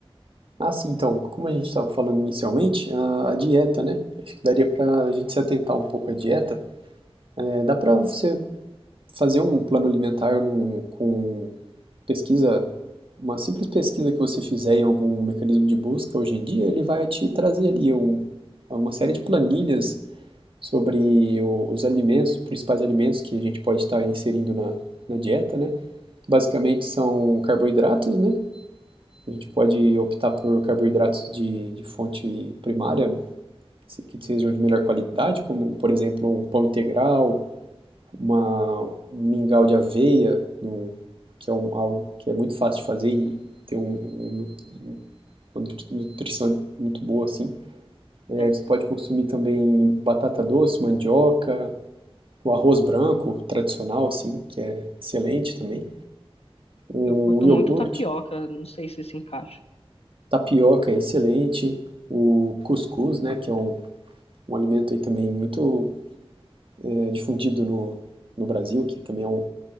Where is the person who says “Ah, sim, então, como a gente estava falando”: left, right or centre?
Right